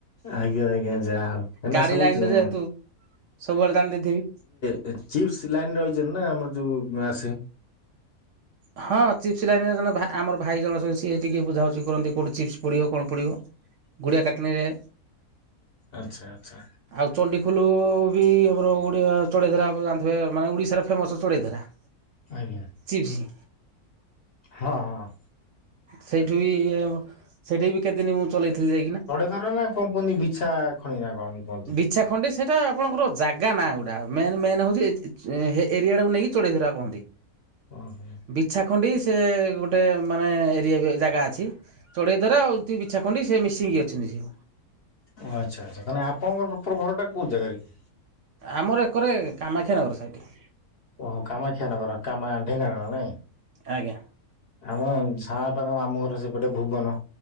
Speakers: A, on the left; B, on the right.
A: ଆଜ୍ଞା ଆଜ୍ଞା ଯାହା ହଉ ଆମେ
B: ଗାଡି
A: ସବୁ
B: ଲାଇନ
A: ଯେ
B: ରେ ଯେହେତୁ ସବୁଆଡେ ଦାଣି ଦେଇଥିବି।
A: ଏ ଚିପ୍ସ ଲାଇନରେ ରହିଛନ୍ତି ନା ଆମର ଯୋଉ ଆସେ
B: ହଁ ଚିପ୍ସ ଲାଇନରେ ଜଣେ ଭା ଆମର ଭାଇ ଜଣେ ଅଛନ୍ତି ସିଏ ଟିକେ ବୁଝାବୁଝି କରନ୍ତି କୋଉଠି ଚିପ୍ସ ପଡିବ କଣ ପଡିବ। ଗୁଡ଼ିଆ କାଟଣିରେ
A: ଆଚ୍ଛା ଆଚ୍ଛା।
B: ଆଉ ଚଣ୍ଡିଖୁଲୁ ବି ଆମର ଓଡ଼ିଆ ଚଢେଇ ଧରା ଆପଣ ଜାଣିଥିବେ ମାନେ ଓଡିଶାର ଫେମସ ଚଢେଇ ଧରା।
A: ଆଜ୍ଞା।
B: ଚିପ୍ସ
A: ହଁ ହଁ।
B: ସେଇଠୁ ବି ଆମ ସେଇଠି ବି କେତେଦିନ ମୁଁ ଚଲେଇଥିଲି ଯାଇକିନା।
A: <unintelligible> ନା କଣ କୁହନ୍ତି ବିଛା ଖଣି ନା କଣ? କୁହନ୍ତି?
B: ବିଛା ଖଣ୍ଡି ସେଇଟା ଆପଣଙ୍କର ଜାଗା ନା ଗୁଡା ମେନ ମେନ ହଉଛି ଏ ଏରିଆ ଟାକୁ ନେଇକି ଚଢେଇ ଧରା କୁହନ୍ତି।
A: ଓ ହୋ।
B: ବିଛାଖଣ୍ଡି ସେ ଗୋଟେ ମାନେ ଏରିଆ ବି ଜାଗା ଅଛି। ଚଢେଇଧରା ଆଉ ସେଠି ବିଛାଖଣ୍ଡି ସେ ମିଶିିକି ଅଛନ୍ତି ସି
A: ଓ ହୋ ଆଚ୍ଛା ଆଚ୍ଛା ତା ମାନେ ଆପଣଙ୍କ ପ୍ରପର ଘରଟା କୋଉ ଜାଗାରେ? କି?
B: ଆମର ଏକରେ କାମାକ୍ଷାନଗର ସାଇଟ।
A: ଓ ହୋ କାମାକ୍ଷାନଗର କାମା ଢେଙ୍କାନାଳ ନାଇଁ?
B: ଆଜ୍ଞା।
A: ଆମ ସାଆପାଖ ମାମୁଁ ଘର ସେପଟେ ଭୁବନ